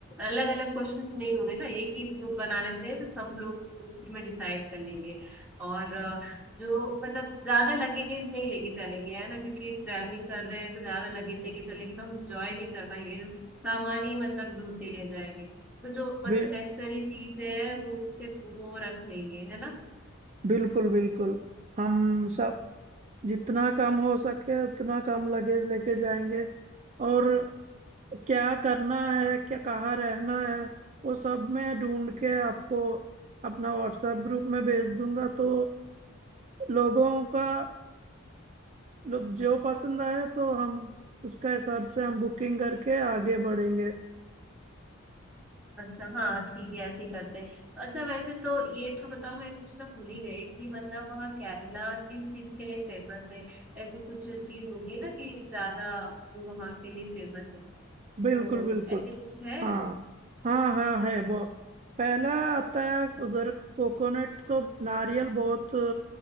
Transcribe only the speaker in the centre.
अलग अलग क्वेश्चंस नहीं होंगे ना एक ही ग्रुप बना लेते हैं तो सब लोग उसी में डिसाइड कर लेंगे और अ, जो मतलब ज्यादा लगेज नहीं लेके चलेंगे है ना क्योंकि ट्रैवलिंग कर रहे हैं तो ज्यादा लगेज लेके चलेंगे तो हम इंजॉय नहीं कर पाएंगे सामान ही मतलब ढूंढते रह जाएंगे तो जो मतलब
नेसेसरी चीज है वो सिर्फ वो रख लेंगे है ना
अच्छा हाँ ठीक है ऐसे ही करते हैं अच्छा वैसे तो ये तो बताओ मैं कुछ ना भूल ही गई कि मतलब वहाँ केरला किस चीज के लिए फेमस है ऐसे कुछ चीज होगी ना कि ज्यादा वो वहाँ के लिए फेमस है तो
ऐसे कुछ है